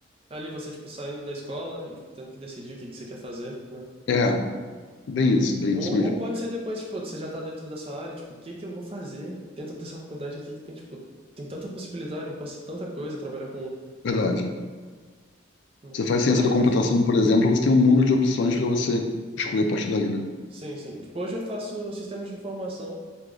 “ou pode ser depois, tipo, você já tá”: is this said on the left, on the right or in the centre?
Right